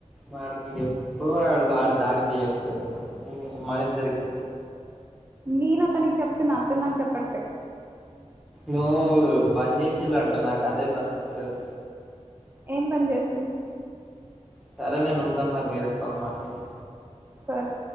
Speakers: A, in the centre; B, on the right.
A: వాడికి ఎప్పుడు వాడు వాడు దానికే చెప్పుకుంటడు, మన ఇద్దరికి
B: నేను అతనికి చెప్తున్నా అతను నాకు చెప్పట్లే.
A: నువ్వు బంద్ చేసిలంట నాకు అదే నచ్చితలేదు.
B: ఏం పని చేస్తుంది?
A: సరే నేను ఉంటాను మరి, వేరే కాల్ మాట్లాడాలే
B: సరే